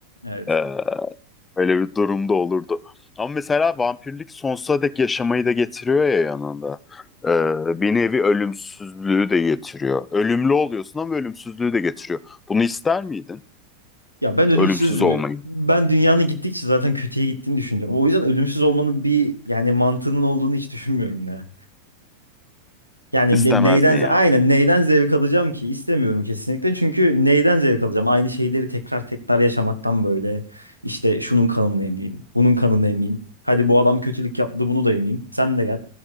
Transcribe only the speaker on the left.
Ee, öyle bir durumda olurdu. Ama mesela vampirlik sonsuza dek yaşamayı da getiriyor ya yanında. Ee, bir nevi ölümsüzlüğü de getiriyor. Ölümlü oluyorsun ama ölümsüzlüğü de getiriyor. Bunu ister miydin?
Ölümsüz olmayı.
İstemezdin
yani.